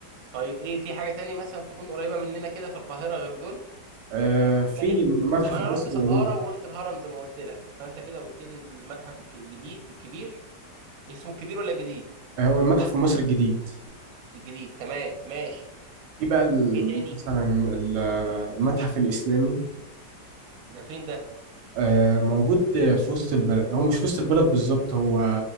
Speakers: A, on the right (about 65°); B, on the right (about 80°).
A: طيب ايه في حاجة تاني مثلا تكون قريبة مننا كده في القاهرة غير دول
B: آه، في
A: احنا كده
B: المتحف
A: ما انا
B: المصري
A: رحت سقارة
B: القديم
A: ورحت الهرم زي ما قلت لك فانت كده قلت لي المتحف الك- الجديد الكبير اسمه الكبير ولا الجديد
B: آه، هو المتحف المصري الجديد
A: الجديد تمام ماشي
B: في بقى ال-
A: ايه تاني
B: مثلا ال- آه، المتحف الإسلامي
A: ده فين ده
B: آه، موجود في وسط البلد هو مش في وسط البلد بالظبط هو